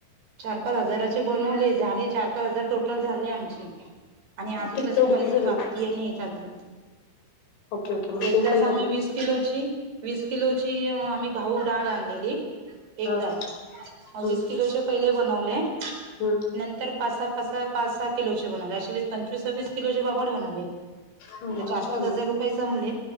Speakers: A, on the right; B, on the left.
A: चार पाच हजाराचे बनवले झाले चार पाच हजार टोटल झाले आमचे. आणि अजून
B: ते
A: तसे
B: तेवढी
A: पैसे
B: विक्री झाली
A: बाकी येने यायचे अजून.
B: ओके ओके म्हणजे
A: एकदाच
B: तुम्ही पहिला
A: आम्ही वीस किलोची, वीस किलोची आम्ही घाऊक डाळ आणलेली एकदाच.
B: हा हम्म
A: वीस किलो पहिले बनवले,
B: हम्म
A: नंतर पाच सहा असं पाच सहा किलोचे बनले अशे वीस पंचवीस सव्वीस किलोचे पापड बनवले.
B: हम्म
A: तर चार
B: छान
A: पाच
B: आहे.
A: हजार रुपये जमले.